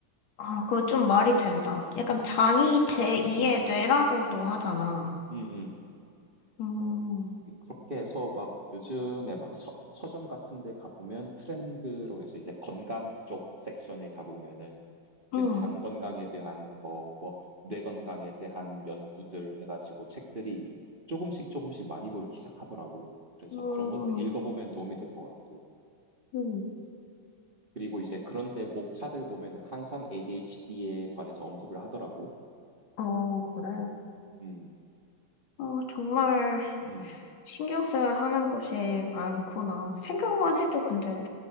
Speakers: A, on the left; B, on the right.
A: 아, 그거 좀 말이 된다. 약간 장이
B: 음,
A: 제2의 뇌라고도 하잖아.
B: 음.
A: 음,
B: 그렇게 해서 막 요즘에 막 서, 서점 같은 데 가보면 트렌드로 해서 이제 건강 쪽 섹션에 가보면은
A: 음,
B: 이제 장 건강에 대한 거, 뭐 뇌 건강에 대한 연구들 해가지고 책들이 조금씩 조금씩 많이 보이기 시작하더라고. 그래서
A: 음,
B: 그런 것들 읽어보면 도움이 될 것 같고.
A: 음.
B: 그리고 이제 그런데 목차들 보면은 항상 ADHD에 관해서 언급을 하더라고.
A: 어, 그래.
B: 음,
A: 어, 정말
B: 음,
A: 신경 써야 하는 것이 많구나.
B: 음,
A: 생각만 해도 근데